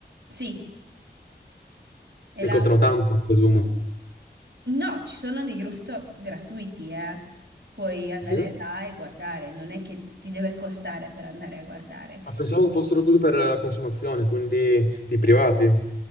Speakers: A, on the right; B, on the left.
A: Sì, e là.
B: E costano tanto, presumo.
A: No, ci sono dei rooftop gratuiti, eh. Puoi andare
B: Sì?
A: là e guardare, non è che ti deve costare per andare a guardare.
B: Ah, pensavo che fossero tutti per la consumazione, quindi di privati.